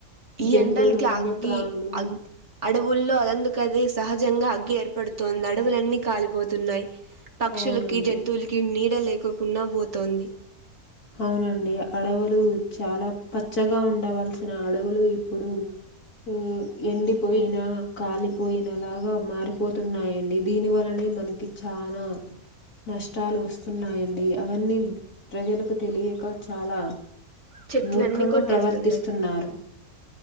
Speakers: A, on the right; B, on the left.
A: ఈ
B: జంతువులు
A: ఎండలకి
B: వన్యప్రాణులు
A: అగ్గి అగ్ అడవుల్లో అందు కది సహజంగా అగ్గి ఏర్పడుతోంది అడవులన్నీ కాలిపోతున్నాయి. పక్షులకి,
B: అవునండి.
A: జంతువులకి నీడ లే అకోకుండా పోతోంది.
B: అవునండి అడవులు చాలా పచ్చగా ఉండవలసిన అడవులు ఇప్పుడు హు ఎండి పోయినా కాలిపోయినలాగా మారిపోతున్నాయండి. దీని వలనే మనకి చానా నష్టాలు వస్తున్నాయండి. అవన్నీ ప్రజలకు తెలియక చాలా
A: చెట్లన్నీ
B: మూర్ఖంగా
A: కొట్టేస్తున్నారు
B: ప్రవర్తిస్తున్నారు.